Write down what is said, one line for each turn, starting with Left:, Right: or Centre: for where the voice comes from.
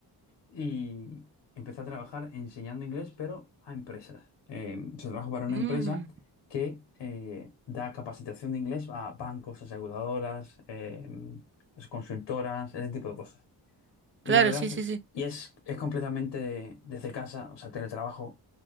Left: y empecé a trabajar enseñando inglés, pero a empresas. Eh, yo trabajo para una
Right: Mm,
Left: empresa que eh, da capacitación de inglés a bancos, aseguradoras, eh, consultoras, ese tipo de cosas. Y
Right: claro,
Left: la verdad,
Right: sí, sí, sí.
Left: y es, es completamente desde casa, o sea, teletrabajo.